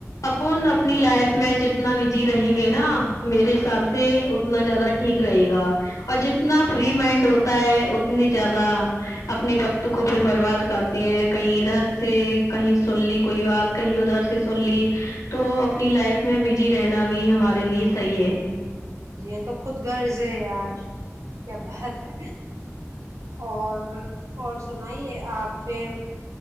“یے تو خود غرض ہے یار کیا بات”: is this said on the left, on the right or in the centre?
Right